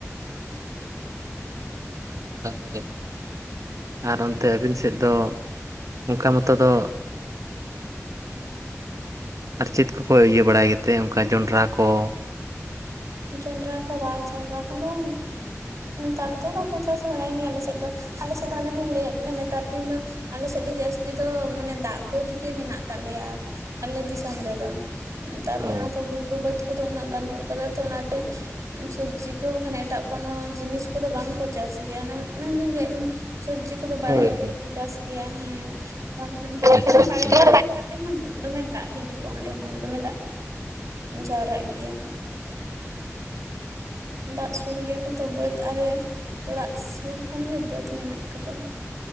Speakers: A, on the right (about 80°); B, on the right (about 75°).
A: ᱛᱟᱦᱚᱞᱮ ᱟᱨ ᱚᱱᱛᱮ ᱟᱹᱵᱤᱱ ᱥᱮᱫ ᱫᱚ ᱚᱱᱠᱟ ᱢᱚᱛᱚ ᱫᱚ ᱟᱨ ᱪᱮᱫ ᱠᱚᱠᱚ ᱤᱭᱟᱹ ᱵᱟᱲᱟᱭ ᱜᱮᱛᱮ? ᱚᱱᱠᱟ ᱡᱚᱸᱰᱨᱟ ᱠᱚ ᱾
B: ᱡᱚᱱᱰᱨᱟ ᱠᱚ ᱵᱟᱭ ᱡᱚᱸᱰᱨᱟ ᱠᱚᱫᱚ ᱱᱮᱛᱟᱨ ᱫᱚ ᱵᱟᱠᱚ ᱪᱟᱥ ᱵᱟᱲᱟᱭ ᱜᱮᱭᱟ ᱟᱞᱮᱥᱮᱫ ᱫᱚ, ᱟᱞᱮ ᱫᱚ ᱚᱱᱟᱞᱤᱧ ᱞᱟᱹᱭᱮᱫ ᱵᱤᱱᱟ ᱱᱮᱛᱟᱨ ᱫᱤᱱ ᱫᱚ ᱟᱞᱮ ᱥᱮᱫ ᱫᱚ ᱡᱟᱹᱥᱛᱤ ᱫᱚ ᱢᱟᱱᱮ ᱫᱟᱜ ᱵᱟᱹᱫᱽ ᱜᱮ ᱢᱮᱱᱟᱜ ᱛᱟᱞᱮᱭᱟ ᱟᱞᱮ ᱫᱤᱥᱚᱢ ᱨᱮᱫᱚ ᱾ ᱛᱟᱨᱯᱚᱨᱮ
A: ᱚ
B: ᱱᱚᱝᱠᱟ ᱜᱩᱴᱩ ᱵᱟᱹᱫ ᱠᱚᱫᱚ ᱩᱱᱟᱹᱜ ᱵᱟᱹᱱᱩᱜ ᱠᱟᱫᱟ ᱛᱚ ᱚᱱᱟᱛᱮ ᱥᱚᱵᱽᱡᱤ ᱠᱚ ᱵᱟᱠᱷᱟᱱ ᱮᱴᱟᱜ ᱠᱳᱱᱳ ᱡᱤᱱᱤᱥ ᱠᱚᱫᱚ ᱵᱟᱝᱠᱚ ᱪᱟᱥ ᱜᱮᱭᱟ ᱮ ᱚᱱᱟ ᱞᱤᱧ ᱞᱟᱹᱮᱫ ᱵᱤᱱ ᱾ ᱥᱚᱵᱡᱤ ᱩᱱᱠᱩ ᱫᱚ ᱵᱟᱲᱜᱮ
A: ᱦᱳᱭ
B: ᱠᱚᱨᱮ
A: ᱦᱳᱭ
B: ᱠᱚ ᱪᱟᱥ ᱜᱮᱭᱟ ᱦᱮᱸ, ᱵᱟᱝᱠᱷᱟᱱ
A: ᱟᱪᱪᱷᱟ
B: ᱚᱱᱟ
A: ᱟᱪᱪᱷᱟ᱾
B: ᱵᱟᱲᱜᱮ ᱪᱟᱥ ᱠᱟᱛᱮ ᱦᱚᱸ ᱫᱚᱢᱮ ᱫᱟᱜ ᱦᱤᱡᱩᱜᱼᱟ ᱚᱸᱰᱮ ᱦᱚᱸ ᱾ ᱫᱚᱢᱮ ᱫᱟᱜ ᱡᱟᱣᱨᱟᱜ ᱜᱮᱭᱟ ᱾ ᱫᱟᱜ ᱥᱩᱨ ᱜᱮᱭᱟᱞᱮ ᱛᱚ, ᱵᱟᱹᱫᱽ ᱟᱞᱮ ᱚᱲᱟᱜ ᱥᱩᱨ ᱠᱷᱚᱱ ᱜᱮ ᱵᱟᱹᱫᱽ ᱢᱮᱱᱟᱜ ᱟᱠᱟᱫᱟ ᱾